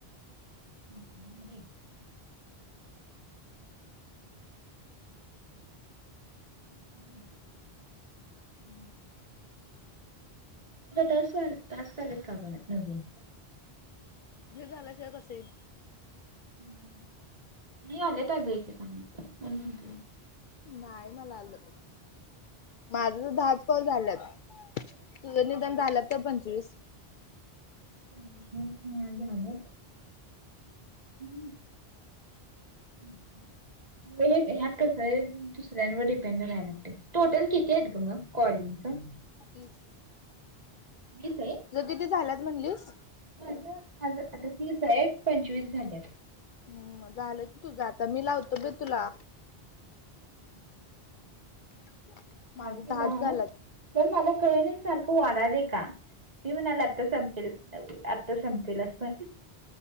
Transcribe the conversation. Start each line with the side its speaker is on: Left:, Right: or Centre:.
Right: आणि <unintelligible> तुला टास्क, टास्क आलेत कागं नवीन?
Left: हे झाल्याशिवाय कसं ईल.
Right: नाही आल्यात अगं इथं म्हणुन म्हटलं.
Left: नाय मला आलं, माझंतर दहाच कॉल झाल्यात. तुझं निदान झाल्यात तर पंचवीस.
Right: <unintelligible> माझं झालय. हम्म. हं. <inaudible> हे ह्यात कसं आहे, दुसऱ्यांवर डिपेंड राहायला लागतय, टोटल किती आहेत ग मग कॉलिंगच.?
Left: तीस.
Right: तीस हाईत.
Left: तुझं किती झाल्यात म्हणलीस.?
Right: माझं, माझं आता तीस हाईत, पंचवीस झाल्यात.
Left: हम्म झालं की तुझं आता मी लावतो बाई तुला.
Right: <inaudible>
Left: <unintelligible> माझ
Right: सारखे
Left: दहाच
Right: लाऊन,
Left: झालात.
Right: पण मला कळण्या सारखं वाढालय का.? मी म्हणालो आता संपेल आत्ता संपेल असं.